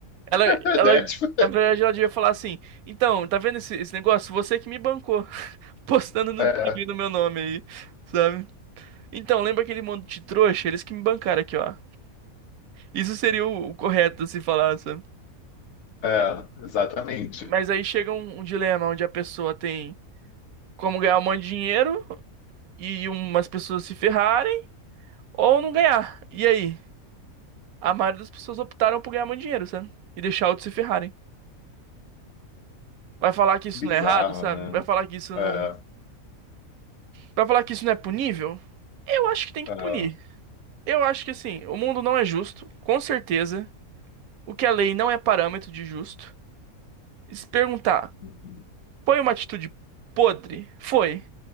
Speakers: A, on the right; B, on the left.
A: Ela,
B: <laughs>
A: ela,
B: Né? Tipo,
A: na verdade, ela devia falar assim, então, tá vendo esse, esse negócio? Você que me bancou, <laughs> postando no
B: É,
A: tigre no meu nome aí, sabe? Então, lembra aquele monte de trouxa? Eles que me bancaram aqui, ó. Isso seria o o correto se falar, sabe?
B: é, exatamente.
A: Mas aí chega um, um dilema onde a pessoa tem como ganhar um monte de dinheiro e umas pessoas se ferrarem ou não ganhar. E aí? A maioria das pessoas optaram por ganhar muito dinheiro, sabe? E deixar outros se ferrarem. Vai falar que isso
B: Bizarro,
A: não é errado, sabe?
B: né?
A: Vai falar que isso
B: É,
A: não. Vai falar que isso não é punível? Eu acho que tem que
B: é.
A: punir. Eu acho que assim, o mundo não é justo, com certeza. O que a lei não é parâmetro de justo. E se perguntar,
B: Uhum.
A: foi uma atitude podre? Foi.